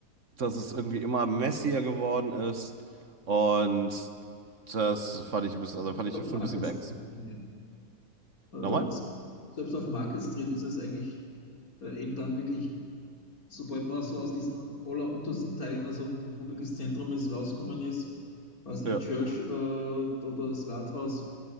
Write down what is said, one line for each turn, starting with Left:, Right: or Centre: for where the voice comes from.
Right: dass es irgendwie immer messier geworden ist. Und das fand ich ein bisschen, also
Left: Selbst
Right: fand ich
Left: auf
Right: schon
Left: Market
Right: ein bisschen beängstigend.
Left: Street, finde ich. Äh,
Right: Nochmal?
Left: se- selbst auf Market Street ist es eigentlich äh, eben dann wirklich, sobald man so aus diesen alleruntersten Teilen, also wo wo wirklich das Zentrum ist, rauskommen ist, weiß nicht,
Right: Ja,
Left: Church äh, oder das Rathaus,